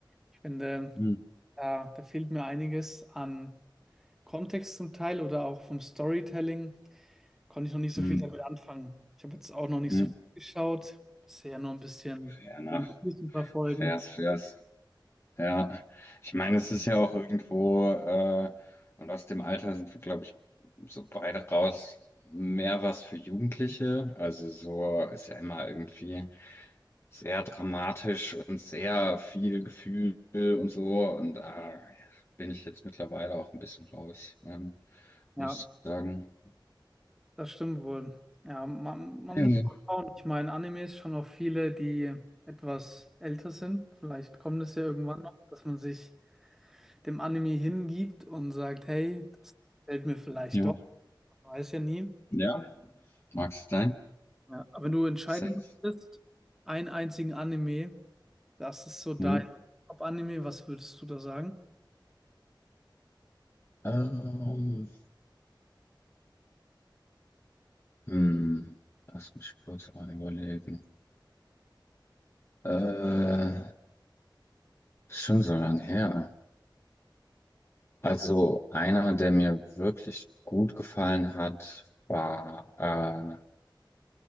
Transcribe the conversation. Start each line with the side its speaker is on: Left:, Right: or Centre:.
Centre: Ich finde,
Left: Hm.
Centre: da, da fehlt mir einiges an Kontext zum Teil oder auch vom Storytelling. Konnte ich noch nicht so
Left: Hm.
Centre: viel damit anfangen. Ich habe jetzt auch noch nicht
Left: Hm.
Centre: so viel geschaut. Bisher nur ein bisschen
Left: Fair enough.
Centre: One Piece ein paar Folgen.
Left: Fairs, fairs. Ja. Ich meine, es ist ja auch irgendwo, äh, und aus dem Alter sind wir, glaube ich, so beide raus, mehr was für Jugendliche. Also so ist ja immer irgendwie. sehr dramatisch und sehr viel Gefühl und so. Und da bin ich jetzt mittlerweile auch ein bisschen raus, ähm,
Centre: Ja,
Left: muss ich sagen.
Centre: das stimmt wohl. Ja, man, man
Left: ja
Centre: muss mal schauen. Ich meine, Animes schon auch viele, die etwas älter sind. Vielleicht kommt es ja irgendwann noch, dass man sich dem Anime hingibt und sagt, hey, das gefällt mir vielleicht
Left: Jo.
Centre: doch. Man weiß ja nie.
Left: Ja, mag sein.
Centre: Ja, aber wenn du entscheiden
Left: Safe.
Centre: müsstest, einen einzigen Anime, das ist so dein
Left: Hm.
Centre: Top-Anime, was würdest du da sagen?
Left: Ähm, hm. Lass mich kurz mal überlegen. Äh, ist schon so lang her. Also einer, der mir wirklich gut gefallen hat, war äh,